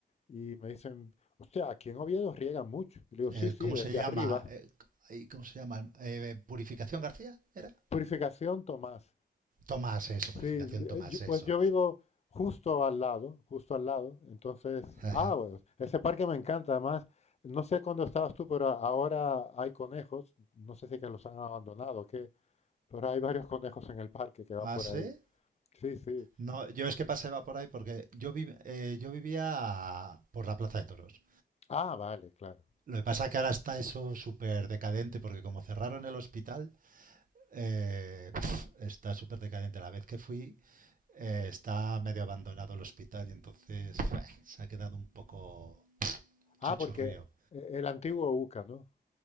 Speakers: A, on the left; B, on the right.
A: y me dicen, hostia, aquí en Oviedo riegan mucho. Y le digo,
B: El,
A: sí, sí,
B: ¿cómo
A: desde
B: se llama?
A: arriba.
B: Eh, ay, ¿Cómo se llama? Eh, ¿Purificación García? ¿Era?
A: Purificación Tomás.
B: Tomás eso, Purificación
A: Sí, eh,
B: Tomás
A: yo- pues
B: eso.
A: yo vivo justo al lado, justo al lado. Entonces,
B: Ajá.
A: ah, bueno, ese parque me encanta. Además, no sé cuándo estabas tú, pero a- ahora hay conejos. No sé si que los han abandonado, ¿qué? Pero hay varios conejos en el parque que van
B: ¿Ah,
A: por
B: sí?
A: ahí. Sí, sí.
B: No, yo es que pasaba por ahí porque yo, vi- eh, yo vivía por la Plaza de Toros.
A: Ah, vale, claro.
B: Lo que pasa es que ahora está eso súper decadente porque como cerraron el hospital, eh, pf, está súper decadente. La vez que fui, eh, está medio abandonado el hospital y entonces <laughs> se ha quedado un poco chuchurrío.
A: Ah, porque eh, el antiguo UCA, ¿no?